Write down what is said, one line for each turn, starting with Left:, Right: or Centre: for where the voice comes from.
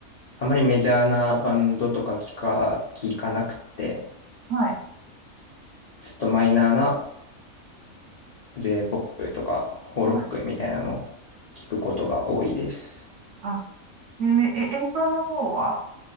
Left: あまりメジャーなバンドとか聞か、聞かなくて、
Right: はい、
Left: ちょっとマイナーな J-POP とかホーロックみたいなのを
Right: はい。
Left: 聞くことが多いです。
Right: あ、えーえ、演奏の方は